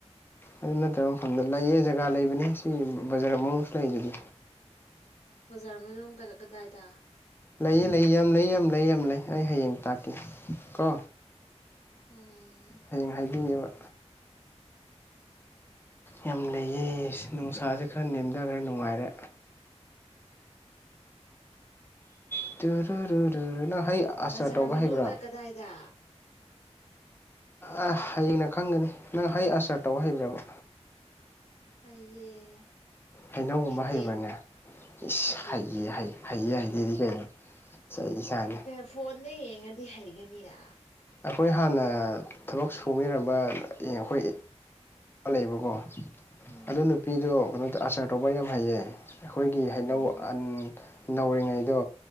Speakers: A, on the left; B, on the left.
A: ꯑꯗꯨ ꯅꯠꯇꯕ ꯃꯐꯝꯗ ꯂꯩꯌꯦ ꯖꯒꯥ ꯂꯩꯕꯅꯦ ꯁꯤ ꯕꯖꯥꯔ ꯃꯅꯨꯡꯁꯨ ꯂꯩꯗꯨꯗꯤ
B: ꯕꯖꯥꯔ ꯃꯅꯨꯡ <unintelligible> ꯀꯗꯥꯏꯗ
A: ꯂꯩꯌꯦ ꯂꯩ ꯌꯥꯝ ꯂꯩ ꯌꯥꯝ ꯂꯩ ꯌꯥꯝ ꯂꯩ ꯑꯩ ꯍꯌꯦꯡ ꯇꯥꯛꯀꯦ ꯀꯣ
B: ꯎꯝ
A: ꯍꯌꯦꯡ ꯍꯥꯏꯕꯤꯒꯦꯕ
B: <inaudible>
A: ꯌꯥꯝ ꯂꯩꯌꯦ ꯅꯨꯡꯁꯥꯖꯦ ꯈꯔ ꯅꯦꯝꯗꯔꯦ ꯅꯨꯡꯉꯥꯏꯔꯦ <unintelligible> ꯅꯪ ꯍꯩ ꯑꯆꯥꯔ
B: ꯕꯖꯥꯔ
A: ꯇꯧꯕ
B: ꯃꯅꯨꯡꯗ
A: ꯍꯩꯕ꯭ꯔꯥ
B: ꯀꯗꯥꯏꯗ
A: ꯑ ꯍꯌꯦꯡꯅ ꯈꯪꯒꯅꯤ ꯅꯪ ꯍꯩ ꯑꯆꯥꯔ ꯇꯧ ꯍꯩꯕ꯭ꯔꯕ
B: ꯍꯩꯌꯦ
A: ꯍꯩꯅꯧꯒꯨꯝꯕ
B: ꯍꯩꯇꯦ
A: ꯍꯩꯕ꯭ꯔꯅꯦ ꯏꯁ
B: ꯍꯩꯇꯦ
A: ꯍꯩ ꯍꯩ ꯍꯩꯌꯦ ꯍꯩꯗꯦꯗꯤ ꯀꯩꯅꯣ ꯆꯩ ꯆꯥꯅꯤ
B: ꯐꯣꯟꯗ ꯌꯦꯡꯉꯗꯤ ꯍꯩꯒꯅꯤꯅ
A: ꯑꯩꯈꯣꯏ ꯍꯥꯟꯅ ꯊꯕꯛ ꯁꯨꯕꯤꯔꯝꯕ ꯑꯩꯈꯣꯏ ꯂꯩꯕꯀꯣ
B: ꯎꯝ
A: ꯑꯗꯨ ꯅꯨꯄꯤꯗꯣ ꯀꯩꯅꯣ ꯑꯆꯥꯔ ꯇꯧꯕ ꯌꯥꯝ ꯍꯩꯌꯦ ꯑꯩꯈꯣꯏꯒꯤ ꯍꯩꯅꯧ
B: ꯎꯝ
A: ꯑꯟ ꯅꯧꯔꯤꯉꯩꯗꯣ